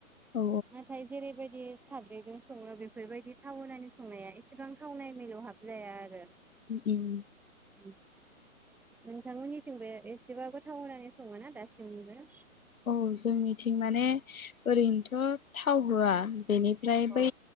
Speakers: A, on the left; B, in the centre.
A: औ
B: नाथाय जेरै बायदि खारदैजों सङो बेफोरबायदि थाव होनानै संनाया एसेबां थावनाय मिलौ हाब जाया आरो।
A: उम
B: <inaudible> नोंथांमोननिथिंबो एसेबाबो थाव होनानै सङो ना दासिमबो।
A: औ जोंनिथिं माने ओरैनोथ थाव होआ। बेनिफ्राय
B: औ
A: बै